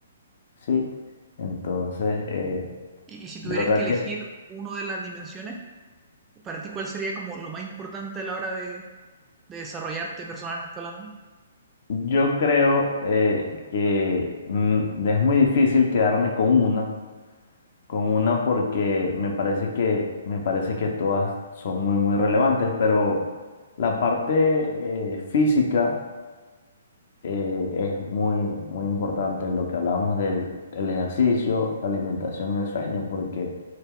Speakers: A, on the left; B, on the right.
A: ¿sí? Entonces, eh,
B: Y, y si tuvieras
A: de verdad
B: que elegir
A: que
B: una de las dimensiones, para ti, ¿cuál sería como lo más importante a la hora de, de desarrollarte personalmente hablando?
A: yo creo eh, que mm, es muy difícil quedarme con una. con una porque me parece que, me parece que todas son muy, muy relevantes, pero la parte eh, física eh, es muy, muy importante en lo que hablábamos del el ejercicio, la alimentación y el sueño, porque